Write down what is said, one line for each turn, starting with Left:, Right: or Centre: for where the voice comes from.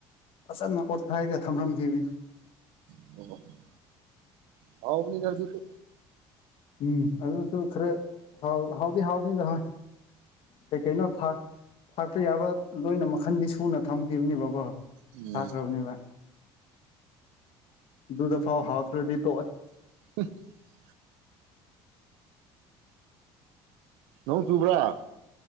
Left: ꯐꯖꯅ ꯑꯣꯠꯈꯥꯏꯔ ꯊꯝꯔꯝꯈꯤꯕꯅꯤ
Right: <inaudible> ꯍꯥꯎꯕꯅꯤꯗ ꯑꯗꯨꯁꯨ
Left: ꯎꯝ ꯑꯗꯨꯁꯨ ꯈꯔ ꯍꯥꯎ ꯍꯥꯎꯗꯤ ꯍꯥꯎꯕꯅꯤꯗ ꯍꯣꯏ ꯀꯩ ꯀꯩꯅꯣ ꯊ ꯊꯥꯛꯄ ꯌꯥꯕ ꯂꯣꯏꯅ ꯃꯈꯟꯗꯤ ꯁꯨꯅ ꯊꯝꯈꯤꯕꯅꯦꯕꯀꯣ ꯊꯥꯛꯈ꯭ꯔꯕꯅꯤꯕ
Right: ꯎꯝ
Left: ꯑꯗꯨꯗꯨꯗ ꯐꯥꯎ ꯍꯥꯥꯐꯇ꯭ꯔꯗꯤ ꯇꯣꯛꯑꯣꯏ
Right: <inaudible> ꯅꯣꯡ ꯆꯨꯕ꯭ꯔꯥ